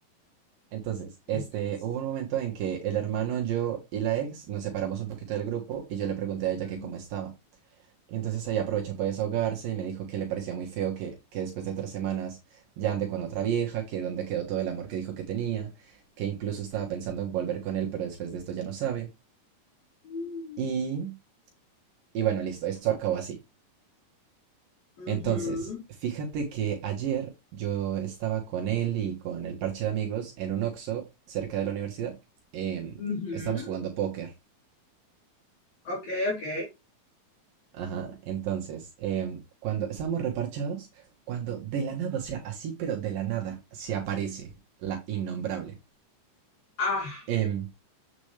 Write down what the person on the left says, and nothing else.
entonces.
mm,
mm,
ujú,
ujú,
Ok, ok.
Ah,